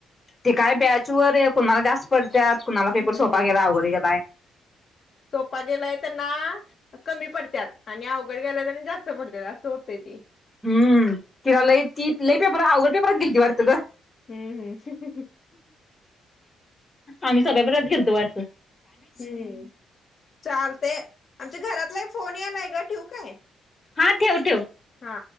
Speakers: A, on the left; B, on the left.
A: ते काय बॅचवर कुणाला जास्त पडत्यात कुणाला पेपर
B: हम्म
A: सोपा गेलायं अवघड गेलाय.
B: सोपा गेलाय त्यांना कमी पडत्यात, आणि अवघड गेलाय त्यांना जास्त पडतेत असं. होतेय ती.
A: हम किरा लई ती लई पेपर अघड पेपर गेलती वाटतं गं.
B: ह ह.
A: आम्ही सध्या परत गेलतो वाटत.
B: हम चालतयं आमच्या घरातला फोन यालाय गं ठेवू काय?
A: हा ठेव ठेव.
B: हा.